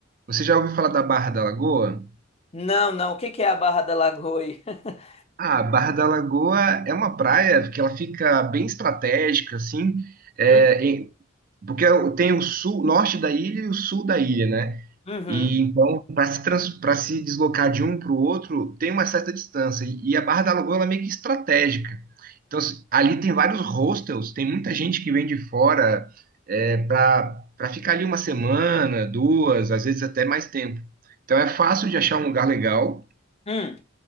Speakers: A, on the right; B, on the left.
A: Você já ouviu falar da Barra da Lagoa?
B: Não, não. O que que é a Barra da Lagoa aí? <laughs>
A: Ah, Barra da Lagoa é uma praia que ela fica bem estratégica, assim, é,
B: Hum.
A: em- Porque eu- tem o sul, norte da ilha e o sul da ilha, né?
B: Uhum.
A: E então, para se, trans- pra se deslocar de um para o outro, tem uma certa distância. E e a Barra da Lagoa ela é meio que estratégica. Então, se- ali tem vários hostels, tem muita gente que vem de fora é, para para ficar ali uma semana, duas, às vezes até mais tempo. Então, é fácil de achar um lugar legal.
B: Hum.